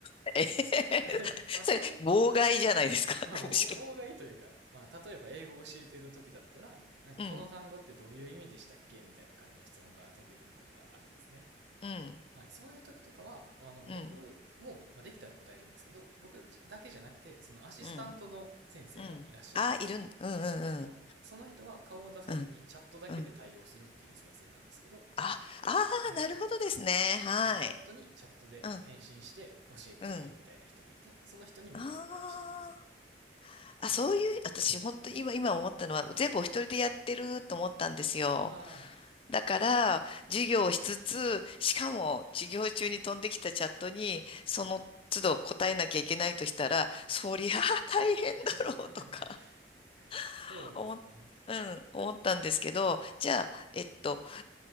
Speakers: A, on the left; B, on the right.
A: <laughs> えへへへそれ、
B: はい。まあ、そういう、
A: 妨害じゃないですか、
B: はいまあ、
A: <laughs>
B: ぼ妨害というか、
A: むしろ。
B: まあ、例えば英語を教えてる時だったら、なんかこの単語ってどういう意味でしたっけみたいな感じの質問が飛んでくることがあるんですね。
A: うん、うん、
B: はい、そういう時とかは、あの、僕も、
A: うん、
B: まあ、できたら答えるんですけど、僕だけじゃなくて、そのアシスタントの先生がいらっしゃるんですよ。
A: うん、うん。あ、いるん、うん、
B: その、
A: うん、
B: その人は顔を出さずにチャットだけで対応するっていう先生なんですけど、
A: うん、うん、うん。あ、ああ、
B: はい。
A: なるほどですね。はい。
B: そう、チャットにチャットで返信して教えてあげるみたいな人もいて、
A: うん、うん。
B: その人に任せたりしてます。
A: ああ、あ、そういう、私、本当に今、今思ったのは、全部お一人でやってると思ったんですよ。
B: ああ。
A: だから、授業をしつつ、しかも、授業中に飛んできたチャットに、その都度答えなきゃいけないとしたら、そりゃあ大変だろうとか、
B: <laughs> そうですね。
A: <laughs> 思っ、うん、思ったんですけど、じゃあ、えっと、